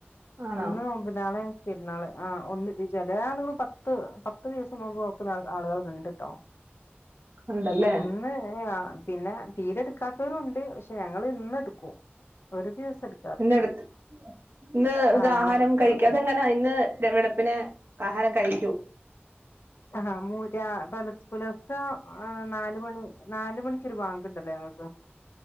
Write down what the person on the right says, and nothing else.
ആണോ
ഉണ്ടല്ലേ
ന്നട്ത്ത് ഇന്ന്
ത്
ആഹാരം കഴിക്കതെങ്ങനെ ഇന്ന് വെ വെളുപ്പിനെ ആഹാരം കഴി